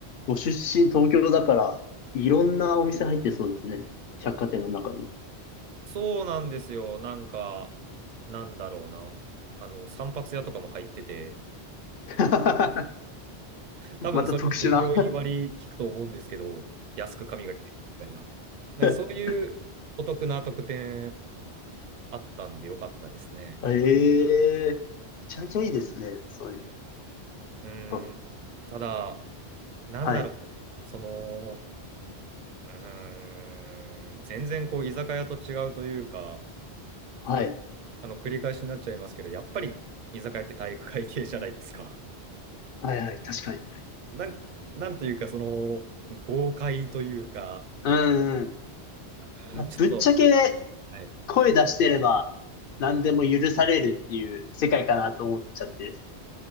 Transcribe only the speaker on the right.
そうなんですよ。なんか、なんだろうな。あの、散髪屋とかも入ってて、
多分それも従業員割聞くと思うんですけど、
安く髪が切れるみたいな。なんかそういうお得な特典
あったんでよかったですね。
うーん。
ただ、なんだろう。
その、うーん、全然こう居酒屋と違うというか、
あの繰り返しになっちゃいますけど、やっぱり居酒屋って体育会系じゃないですか。
<laughs> なん、なんというか、その豪快というか、
あーちょっと、
はい。